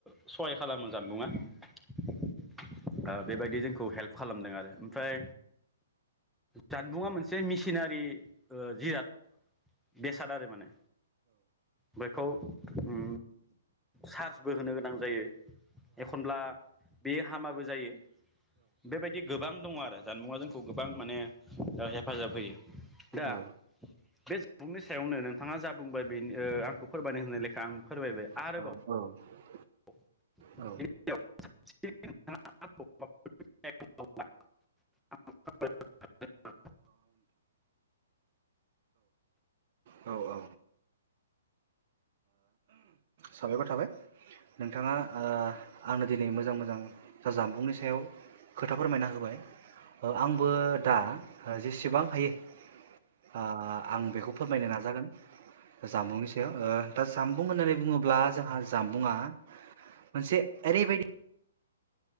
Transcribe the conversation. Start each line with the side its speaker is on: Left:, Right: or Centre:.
Centre: सहाय खालामो। जानबुङा ओ बेबायदि जों खौ हेल्प खालामदों आरो ओमफ्राय जानबुङा मोनसे मिसिनारि ओ जिराद। बेसाद आरो माने बेखौ उम चार्जबो होनो गोनां जायो। एखनब्ला बे हामाबो जायो। बेबायदि गोबां दङ आ जानबुङा जोंखौ गोबां माने हेफाजाब होयो। दा
Right: औ।
Centre: बे जानबुंनि सायावनो नोंथाङा जा बुंबाय बे ओ आंखौ फोरमायनो होनाय लेखा आं फोरमायबाय।
Right: औ।
Centre: आरोबाव <unintelligible>
Right: औ
Centre: <unintelligible>
Right: औ ओ साबायखर थाबाय नोंथाङा ओ आंनो दिनै मोजां मोजां जामबुंनि सायाव खोथा फोरमायना होबाय ओ आंबो दा जेसेबां हायो आ आं बेखौ फोरमायनो नाजागोन जामबुंनि सायाव दा जामबुं होननानै बुङो ब्ला जोंहा जामबुंङा मोनसे ओरैबायदि